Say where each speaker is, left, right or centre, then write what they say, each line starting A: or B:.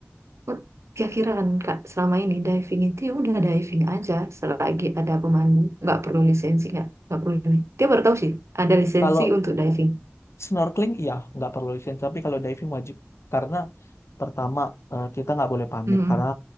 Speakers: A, on the right; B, on the left.
A: Oh, Kira-kira kan Kak, selama ini diving itu ya udah diving aja selagi ada pemandu, nggak perlu lisensi nggak nggak perlu ini. Dia baru tahu sih ada lisensi
B: Kalau
A: untuk diving.
B: snorkeling iya nggak perlu lisensi tapi kalau diving wajib karena pertama eh, kita nggak boleh panik
A: Hmm,
B: karena